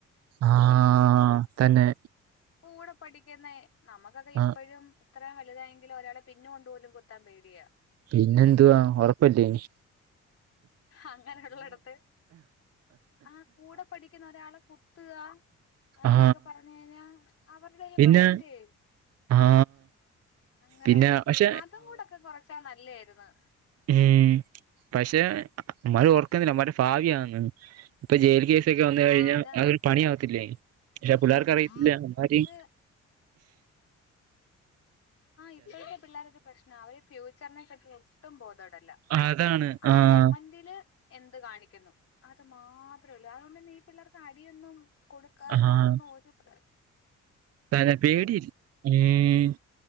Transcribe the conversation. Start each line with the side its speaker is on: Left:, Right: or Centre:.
Right: ആഹ് തന്നെ
Left: ആഹ് കൂടെ പഠിക്കുന്ന നമുക്കൊക്കെ ഇപ്പഴും
Right: ആ
Left: ഇത്രയും വലുതായെങ്കിലും ഒരാളെ പിന്ന് കൊണ്ടു പോലും കുത്താൻ പേടിയാ
Right: പിന്നെന്തുവാ ഒറപ്പല്ലേ
Left: അങ്ങനെ ഉള്ളിടത്ത് ആഹ് കൂടെ പഠിക്കുന്ന ഒരാളെ കുത്തുകാ അത്
Right: ആ
Left: എന്നൊക്കെ പറഞ്ഞ് കഴിഞ്ഞാ അവരുടെ ഒരു
Right: പിന്നെ
Left: മൈൻഡെ
Right: ആ
Left: അങ്ങനെ
Right: പിന്നെ പക്ഷെ
Left: അതും കൂടെ ഒക്കെ കൊറച്ചാൽ നല്ലായിരുന്നു
Right: ഏഹ് പക്ഷെ ഇവൻമാര് ഓർക്കുന്നില്ല ഇവൻമാര് പാപിയാണെന്ന് ഇപ്പൊ ജയിൽ കേസൊക്കെ വന്ന്
Left: ആഹ്
Right: കഴിഞ്ഞാൽ
Left: അതാ
Right: അതൊരു പണിയാവത്തില്ലേ ഇല്ല
Left: അത്
Right: പുള്ളേർക്ക് അറിയത്തില്ല അവൻമാര്
Left: ആഹ് ഇപ്പഴത്തെ പിള്ളേരുടെ പ്രശ്നാ അവര് ഫ്യൂച്ചറിനെ പറ്റി ഒട്ടും ബോധേടല്ല
Right: അതാണ്
Left: ആ
Right: ആഹ്
Left: മൊമന്റില് എന്ത് കാണിക്കുന്നു അത് മാത്രെ ഉള്ളൂ അതുകൊണ്ട് തന്നെ ഈ പിള്ളേർക്ക് അടിയൊന്നും കൊടുക്കാനോ
Right: ആഹ്
Left: ഒന്നും ഒരു പ്ര
Right: തന്നെ പേടിയില്ല ഏഹ്